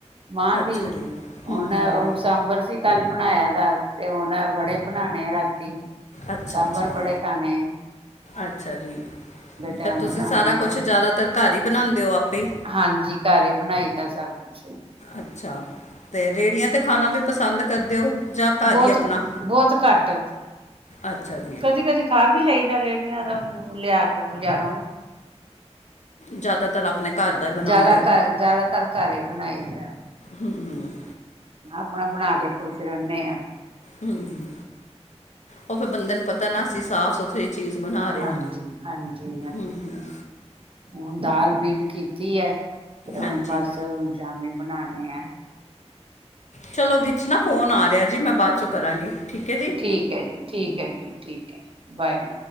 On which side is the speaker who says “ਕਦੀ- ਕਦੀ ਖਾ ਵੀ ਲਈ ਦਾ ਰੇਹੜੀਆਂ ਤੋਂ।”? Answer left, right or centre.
Right